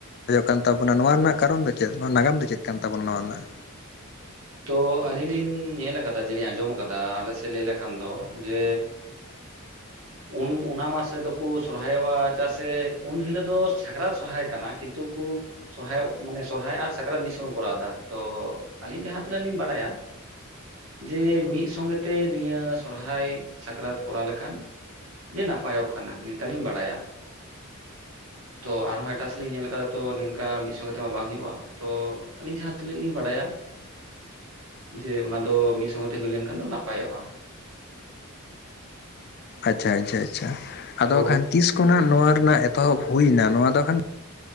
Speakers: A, on the left; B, on the right.
A: ᱠᱟᱱ <unintelligible> ᱡᱟᱱᱣᱟᱨᱤ ᱨᱮᱯᱮ ᱥᱚᱦᱨᱟᱭᱚᱜ ᱠᱟᱱ ᱛᱟᱵᱚᱱᱟ ᱱᱚᱣᱟ ᱨᱮᱱᱟᱜ ᱠᱟᱨᱚᱱ ᱫᱚ ᱪᱮᱫ ᱱᱚᱣᱟ ᱱᱟᱜᱟᱢ ᱫᱚ ᱪᱮᱫ ᱠᱟᱱ ᱛᱟᱵᱚᱱᱟ ᱱᱚᱣᱟ ᱨᱮᱱᱟᱜ
B: ᱛᱚ ᱟᱞᱤᱧ ᱞᱤᱧ ᱧᱮᱞ ᱟᱠᱟᱫᱟ ᱡᱮᱞᱤᱧ ᱟᱸᱡᱚᱢ ᱟᱠᱟᱫᱟ ᱟᱞᱮ ᱥᱮᱫ ᱞᱟᱹᱭ ᱞᱮᱠᱷᱟᱱ ᱫᱚ ᱡᱮ ᱩᱱ ᱚᱱᱟ ᱢᱟᱥ ᱨᱮᱫᱚ ᱠᱚ ᱥᱚᱦᱨᱟᱭᱚᱜᱼᱟ ᱪᱟᱜ ᱥᱮ ᱩᱱᱦᱤᱞᱟᱹᱜ ᱫᱚ ᱥᱟᱠᱨᱟᱛ ᱥᱚᱦᱨᱟᱭ ᱠᱟᱱᱟ ᱠᱤᱛᱩ ᱠᱩ ᱥᱚᱦᱨᱟᱭᱚᱜ ᱢᱟᱱᱮ ᱥᱚᱦᱨᱟᱭ ᱟᱨ ᱥᱟᱠᱨᱟᱛ ᱢᱤᱫ ᱥᱟᱶ ᱠᱚᱨᱟᱣ ᱫᱟ ᱛᱚ ᱟᱹᱞᱤᱧ ᱡᱟᱦᱟᱸ ᱛᱤᱱᱟᱹᱜ ᱞᱤᱧ ᱵᱟᱰᱟᱭᱟ ᱡᱮ ᱢᱤᱫ ᱥᱚᱸᱜᱮᱛᱮ ᱱᱤᱭᱟᱹ ᱥᱚᱦᱨᱟᱭ ᱥᱟᱠᱨᱟᱛ ᱠᱚᱨᱟᱣ ᱞᱮᱠᱷᱟᱱ ᱾ ᱡᱮ ᱱᱟᱯᱟᱭᱚᱜ ᱠᱟᱱᱟ ᱱᱤᱝᱠᱟᱞᱤᱧ ᱵᱟᱲᱟᱭᱟ ᱾ ᱛᱚ ᱟᱨᱦᱚᱸ ᱮᱴᱟᱜ ᱥᱮᱫ ᱨᱮᱞᱤᱧ ᱧᱮᱞ ᱟᱠᱟᱫᱟ ᱛᱚ ᱱᱚᱝᱠᱟ ᱢᱤᱫ ᱥᱚᱸᱜᱮ ᱛᱮᱢᱟ ᱵᱟᱝ ᱦᱩᱭᱩᱜᱼᱟ ᱾ ᱛᱚ ᱟᱹᱞᱤᱧ ᱡᱟᱦᱟᱸ ᱛᱤᱱᱟᱹᱜ ᱞᱤᱧ ᱵᱟᱲᱟᱭᱟ ᱾ ᱡᱮ ᱚᱱᱟ ᱫᱚ ᱢᱤᱫ ᱥᱚᱸᱜᱮ ᱛᱮ ᱦᱩᱭ ᱞᱮᱱᱠᱷᱟᱱ ᱫᱚ ᱱᱟᱯᱟᱭᱚᱜᱼᱟ ᱾
A: ᱟᱪᱪᱷᱟ ᱟᱪᱪᱷᱟ ᱟᱪᱪᱷᱟ ᱟᱫᱚ
B: ᱛᱚ
A: ᱠᱷᱟᱱ ᱛᱤᱥ ᱠᱷᱚᱱᱟᱜ ᱱᱚᱣᱟ ᱨᱮᱱᱟᱜ ᱮᱛᱚᱦᱚᱵ ᱦᱩᱭ ᱮᱱᱟ ᱱᱚᱣᱟ ᱫᱚ ᱠᱷᱟᱱ